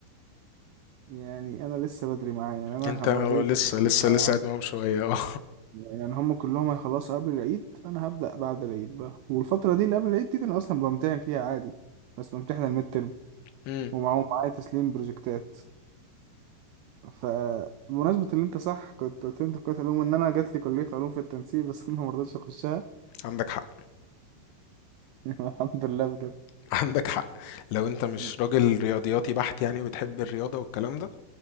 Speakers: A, on the right; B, on the left.
A: يعني انا لسه بدري معايا يعني انا
B: أنت
A: هبقى زي
B: لسه لسه
A: في ثانوية
B: لسه
A: عامة
B: قاعد معاهم شوية <laughs> اه
A: يعني هم كلهم هيخلصوا قبل العيد انا هبدا بعد العيد بقى والفترة دي اللي قبل العيد دي انا اصلا بمتحن فيها عادي بس بمتحن الميد ترم
B: مم.
A: ومعاهم معايا تسليم بروجكتات فبمناسبة اللي انت صح كنت قلت لي انت في كلية علوم ان انا جات لي كلية علوم في التنسيق بس انا مرضتش اخشها
B: عندك حق
A: <laughs> الحمد لله بجد
B: <laughs> عندك حق لو انت مش
A: <laughs>
B: راجل رياضياتي بحت يعني وبتحب الرياضه والكلام ده